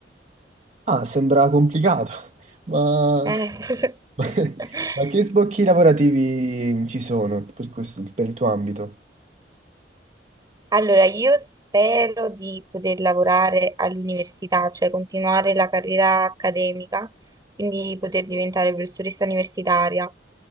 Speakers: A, on the right; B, on the right.
A: Ah, sembra complicato, <laughs> ma,
B: Eh,
A: <laughs>
B: <laughs>
A: ma che sbocchi lavorativi ci sono per questo- per il tuo ambito?
B: Allora, io spero di poter lavorare all'università, cioè continuare la carriera accademica, quindi poter diventare professoressa universitaria,